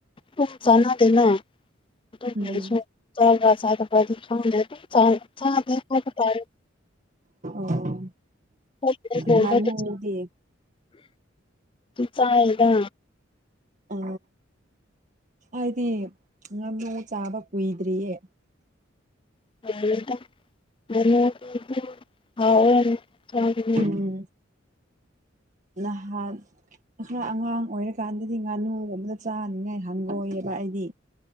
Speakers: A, on the left (about 25°); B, on the right (about 40°).
A: ꯄꯁꯅꯗꯅ <unintelligible>
B: ꯎꯝ ꯑꯣ
A: ꯆꯥꯏꯗ ꯂꯣꯏꯔꯦꯗ
B: ꯉꯅꯨ ꯎꯔꯗꯤꯌꯦ
A: ꯆꯥꯏꯗ
B: ꯑ ꯍꯥꯏꯗꯤ ꯉꯥꯅꯨ ꯆꯥꯕ ꯀꯨꯏꯗ꯭ꯔꯤꯌꯦ
A: <unintelligible>
B: ꯎꯝ ꯅꯍꯥꯟ ꯈꯔ ꯑꯉꯥꯡ ꯑꯣꯏꯔꯀꯥꯟꯗꯗꯤ ꯉꯥꯅꯨꯒꯨꯝꯕꯗ ꯆꯥꯅꯤꯡꯉꯥꯏ ꯍꯪꯒꯣꯏꯑꯕ ꯑꯩꯗꯤ